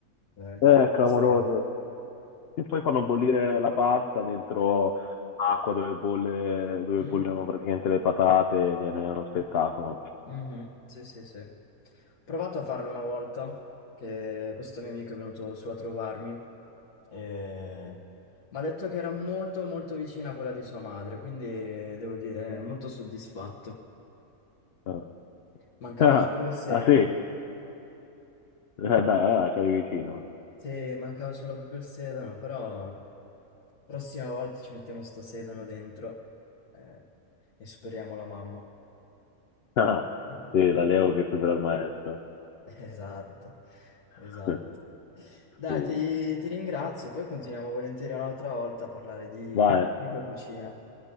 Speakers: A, on the left (about 75°); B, on the left (about 55°).
A: Veramente
B: Eh, clamorosa.
A: triste.
B: E poi fanno bollire la pasta dentro acqua dove bolle, dove
A: Mm,
B: bollono praticamente le patate, viene uno spettacolo.
A: mhm, Sì, sì, sì. Ho provato a farlo una volta, che questo mio amico è venuto su a trovarmi e mi ha detto che era molto molto vicina a quella di sua madre, quindi eh, devo dire molto soddisfatto.
B: Eh.
A: Mancava
B: <laughs>
A: solo il sedano.
B: Ah, sì? Eh, dai, allora c'eri vicino.
A: Sì, mancava solo proprio il sedano, però prossima volta ci mettiamo sto sedano dentro eh, e superiamo la mamma.
B: <laughs> Ah,
A: <laughs>
B: sì, l'allievo che supera il maestro.
A: Esatto,
B: <laughs>
A: esatto. Dai,
B: Sì.
A: ti, ti ringrazio, poi continuiamo volentieri un'altra volta a parlare di
B: Vai,
A: cibo e cucina.